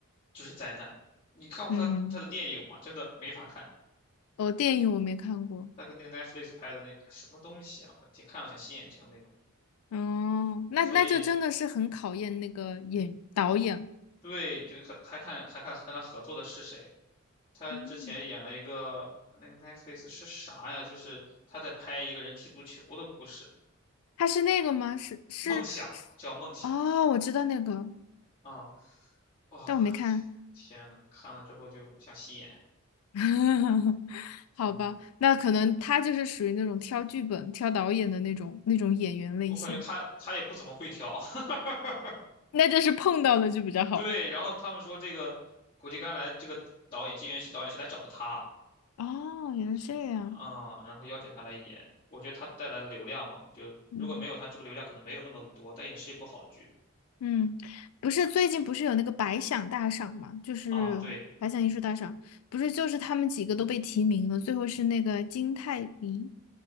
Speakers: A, on the left; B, on the left.
A: 就是灾难。你看过他他的电影吗？
B: 嗯，
A: 真的没法看，
B: 哦，电影我没看过，
A: 他跟那个 Netflix 拍的那个什么东西啊，我天，看了想吸眼睛那种。
B: 哦，那那就真的是很考验那个演导演了
A: 所以对，就还还看还看跟他合作的是谁？他之前演了一个那个
B: 嗯，
A: Netflix 是啥呀？就是他在拍一个人踢足球的故事。
B: 他是那个吗？是是是，
A: 梦想叫梦想
B: 哦，我知道那个，
A: 啊！哇、
B: 但我没看。
A: 天天呐，看了之后就想吸眼。
B: <laughs> 好吧，
A: 嗯，
B: 那可能他就是属于那种挑剧本、挑导演的那种那种演员类型，
A: 我感觉他他也不怎么会挑。<laughs>
B: 那这是碰到了就比较好。
A: 对，然后他们说这个苦尽甘来这个导演金元熙导演是来找了他
B: 哦，原来是这样。
A: 啊、嗯然后邀请他来演。我觉得他带来的流量嘛，就如果没有他，
B: 嗯
A: 这部流量可能没有那么多，但也是一部好剧
B: 嗯，不是最近不是有那个百想大赏嘛，就是百想艺术大赏，
A: 啊。对
B: 不是就是他们几个都被提名了，最后是那个金泰梨。